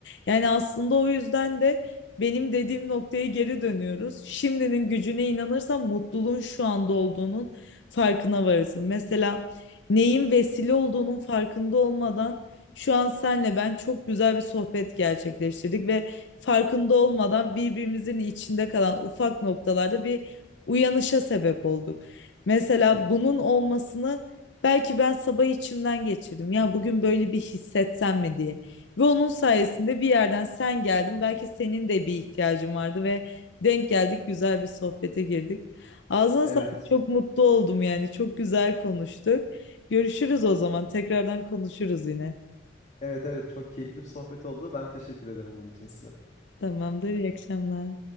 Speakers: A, on the left; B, on the left.
A: Yani aslında o yüzden de benim dediğim noktaya geri dönüyoruz. Şimdinin gücüne inanırsan mutluluğun şu anda olduğunun farkına varırsın. Mesela neyin vesile olduğunun farkında olmadan şu an senle ben çok güzel bir sohbet gerçekleştirdik ve farkında olmadan birbirimizin içinde kalan ufak noktalarda bir uyanışa sebep olduk. Mesela bunun olmasını belki ben sabah içimden geçirdim. Ya bugün böyle bir hissetsem mi diye. Ve onun sayesinde bir yerden sen geldin. Belki senin de bir ihtiyacın vardı ve denk geldik, güzel bir sohbete girdik. Ağzına
B: Evet.
A: sağlık. Çok mutlu oldum yani. Çok güzel konuştuk. Görüşürüz o zaman. Tekrardan konuşuruz yine.
B: Evet evet çok keyifli bir sohbet oldu. Ben teşekkür ederim bunun için size.
A: Tamamdır. İyi akşamlar.